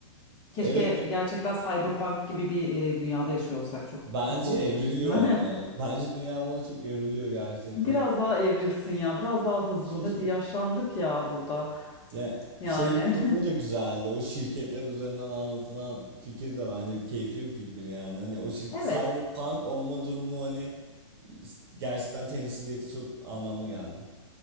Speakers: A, on the left; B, on the right.
A: Keşke
B: Evet. <laughs>
A: gerçekten Cyberpunk gibi bir e, dünyada yaşıyor olsak çok
B: Bence
A: mutlu olurdum.
B: evriliyor
A: değil
B: ama.
A: mi?
B: Bence dünya buna çok evriliyor gerçekten.
A: <laughs> Biraz daha evrilsin ya, biraz daha hızlı.
B: <laughs>
A: Hadi yaşlandık ya burada.
B: Yani
A: Yani
B: şey durumu da güzeldi. O şirketler üzerinden anlatılan fikir de bence keyifli bir fikir yani. Hani o şir-
A: <laughs> evet.
B: cyberpunk olma durumu hani gerçekten temsiliyeti çok anlamlı geldi.